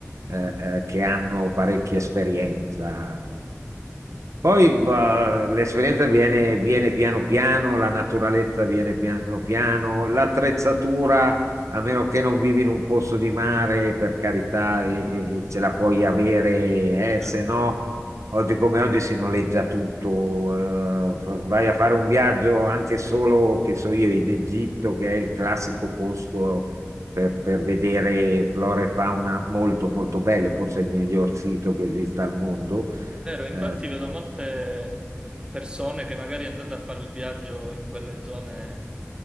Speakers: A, on the right; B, on the right.
A: eh, eh, che hanno parecchia esperienza. Poi bah, l'esperienza viene, viene piano piano, la naturalezza viene piano piano, l'attrezzatura, a meno che non vivi in un posto di mare, per carità, e- e ce la puoi avere, eh,
B: eh.
A: se no, oggi come oggi si noleggia tutto. eh, vai a fare un viaggio anche solo, che so io, in Egitto, che è il classico posto per, per vedere flora e fauna molto molto belle, forse il miglior sito che esista al mondo.
B: Vero, infatti
A: Eh,
B: vedo molte m- persone che magari andando a fare il viaggio in quelle zone